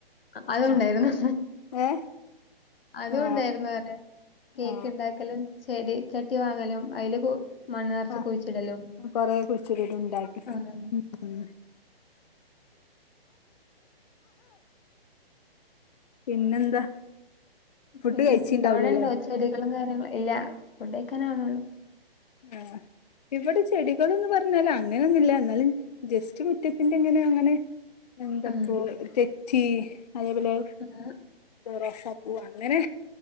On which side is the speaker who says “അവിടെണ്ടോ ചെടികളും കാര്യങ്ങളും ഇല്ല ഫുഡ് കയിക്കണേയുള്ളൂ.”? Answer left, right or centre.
Left